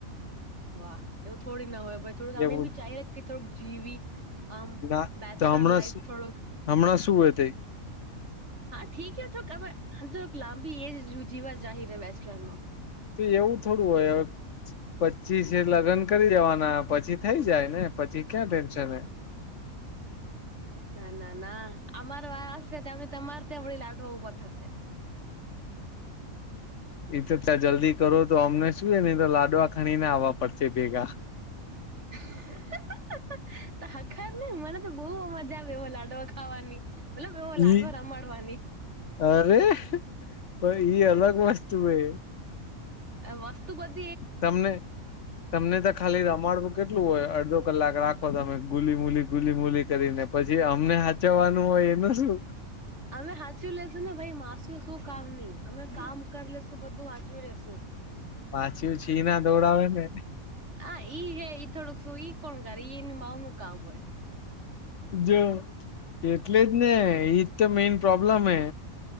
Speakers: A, on the right (about 50°); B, on the left (about 60°).
A: વાહ એવું થોડી ના હોય ભઈ થોડુંક
B: જ
A: અમે
B: એવું
A: ભી ચાહે કે થોડુંક જીવી. આમ
B: ના
A: બેચલર
B: તો હમણાં
A: લાાઈફ થોડુંક.
B: હમણાં શું હોય તઈ
A: હા ઠીક હ તોક લાંબી એજ ર જવા <unintelligible> વેસ્ટલનમાં
B: તો એવું થોડું હોય હવે. પચીસે લગ્ન કરી દેવાના પછી થઈ જાય ને પછી ક્યાં ટેન્શન હૈ.
A: ના ના ના અમાર વારો આવસે ત્યાર હુદી તમારે ત્યાં વળી લાડવા ઉભા થશે.
B: એ તો ત્યાં જલ્દી કરો તો અમને શું એને અંદર લાડવા ખણી ને આવવા પડશે ભેગા.
A: <unintelligible> આખર ને મને તો બહ મજા આવે એવા લાડવા ખાવાની. મતલબ એવા લાડવા
B: ઈ
A: રમાડવાની.
B: અરે ભય ઈ અલગ વસ્તુ હે.
A: અ વસ્તુ બધ
B: તમને તમને તો ખાલી રમાડવું કેટલું હોય અડધો કલાક રાખો તમે ગુલી મૂલી ગુલી મૂલી કરીને. પછી અમને સહાચવવાનું હોય એનું શું.
A: અમે હાચવી લેશું ને ભઈ માસ્યું શું કામ ની અમે કામ કરી લેશું બધું હાચવી લેસુ. <unintelligible>
B: માછીયુ છી ના ધોવડાવે ને.
A: હા ઈ હે ઈ થોડુંક શું ઈ કોણ કરે ઈ એની માવુનું કામ હોય.
B: જો એટલે જ ને ઈજ તો મેઈન પ્રોબ્લેમ હે.